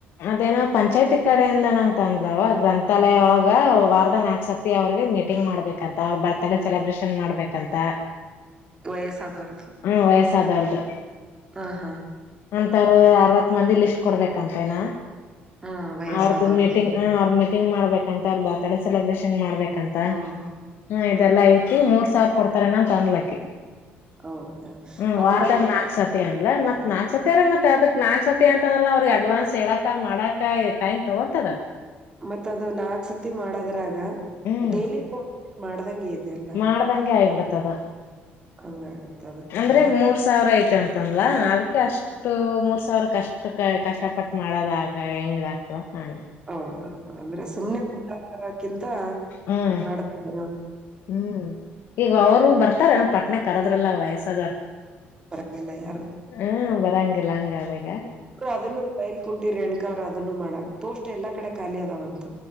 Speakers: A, on the left; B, on the right.
A: ಅದೇನೋ ಪಂಚಾಯತಿ ಕಡೆಯಿಂದನ ಅಂತ ಅಂದ್ಲವ ಗ್ರಂಥಾಲಯ ಒಳಗ ವಾರದಂಗಹ ನಾಕ್ಸತ್ ಅವ್ರಿಗೆ ಮೀಟಿಂಗ್ ಮಾಡ್ಬೇಕಂತ ಅವ್ರರ ಬರ್ತ್ಡೇ ಸೆಲೆಬ್ರೇಷನ್ ಮಾಡ್ಬೇಕಂತ.
B: ವಯಸ್ಸ ಅದೋರ್ದು
A: ಹ್ಮ ವಯಸ್ಸಾದವ್ರ್ದು
B: ಹ ಹ.
A: ಅಂತಾರ ಅರವತ್ ಮಂದಿ ಲಿಸ್ಟ್ ಕೊಡ್ಬೇಕಂತೇನಾ.
B: ಹಾ ವಯಸ್ಸಾದವ್ರದ್ದೇ
A: ಅವ್ರದು ಮೀಟಿಂಗ್, ಹ ಅವ್ರ ಮೀಟಿಂಗ್ ಮಾಡ್ಬೇಕಂತ. ಅವ್ರ ಬರ್ತ್ಡೇ ಸೆಲೆಬ್ರೇಷನ್ ಮಾಡ್ಬೇಕಂತ.
B: ಹ ಹಾ
A: ಹ್ಮ್ ಇದೆಲ್ಲಾ ಐತಿ ಮೂರ್ ಸಾವಿರ ಕೊಡ್ತಾರ ಏನ ಅಂತ ಅದ್ಲಕ್ಕಿ.
B: ಹೌದಾ
A: ಹ್ಮ್
B: ಅದ್ರಲ್ಲಿ
A: ವಾರದ್ಗ ನಾಕ್ ಸತಿ ಅದ್ಲ ಮತ್ ನಾಕ್ ಸತಿ ಅರೆ ಮತ್ ಅದಕ್ ನಾಕ್ ಸತಿ ಅಂತಂದ್ರ ಅವ್ರಿಗೆ ಅಡ್ವಾನ್ಸ್ ಹೇಳಕ ಮಾಡಕ ಟೈಮ್ ತೊಗೊತದ.
B: ಮತ್ತ ಅದು ನಾಲ್ಕ ಸತಿ ಮಾಡದ್ರಾಗ
A: ಹ್ಮ್
B: ಡೇಲಿ ಕುಕ್ ಮಾಡ್ದಂಗೆ ಇದೆಲ್ಲ.
A: ಮಾಡ್ದಂಗೆ ಆಯಿ ಬಿಡ್ತದ.
B: ಹಂಗ ಆಗತ್ತದ.
A: ಅಂದ್ರೆ ಮೂರ್ ಸಾವಿರ ಐತೆ ಅಂತಂದಲಾ ಅದಕ್ಕೆ ಅಷ್ಟ ಇಷ್ಟು ಮೂರ್ ಸಾವಿರ ಕಷ್ಟ ಕಷ್ಟಪಟ್ಟ ಮಾಡದಾಗ ಹೆಂಗ ಇದ್ ಆಗ್ತದ ಅಂತ ನಾನ್.
B: ಹೌದೌದು ಅಂದ್ರೆ ಸುಮ್ನೆ ಕುಂದ್ರಕ್ಕಿಂತ
A: ಹ್ಮ್
B: ಮಾಡತೇ ನಾ <inaudible>
A: ಹ್ಮ್ ಈಗ ಅವರು ಬರ್ತಾರ ಪಟ್ಣ ಕರದ್ರಲ್ಲ ವಯಸ್ಸದೌರು.
B: ಬರಂಗಿಲ್ಲ ಯಾರು
A: ಹ್ಮ ಬರಂಗಿಲ್ಲ ಹಂಗ ಆದ್ ಈಗ್.
B: ಅದನ್ನು ಬಯಲ್ ಕುಂಟಿರ ರೇಣುಕಾ ಅವರು ಅದನ್ನು ಮಾಡ ಪೋಸ್ಟ್ ಎಲ್ಲಾ ಕಡೆ ಖಾಲಿ ಅದಾವಂತ.